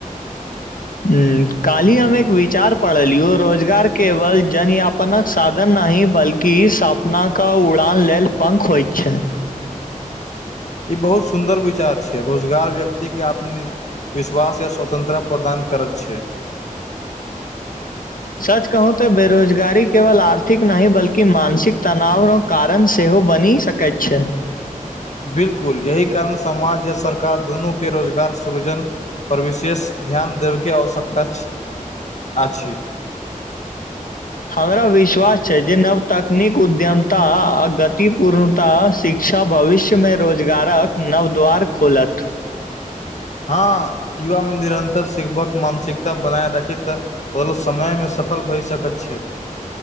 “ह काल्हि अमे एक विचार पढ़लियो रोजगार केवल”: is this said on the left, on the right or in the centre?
Left